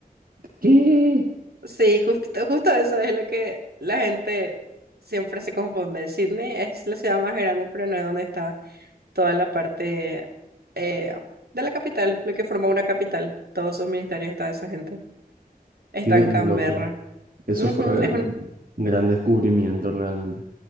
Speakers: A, on the right; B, on the right.
A: ¿Qué?
B: Sí, justito, justo eso es lo que la gente siempre se confunde. Sydney es la ciudad más grande, pero no es donde está toda la parte eh, de la capital, lo que forma una capital. Todos sus ministerios y toda esa gente está
A: Qué
B: en
A: loco.
B: Canberra.
A: Eso
B: Ujú,
A: fue
B: es un,
A: un un gran descubrimiento realmente.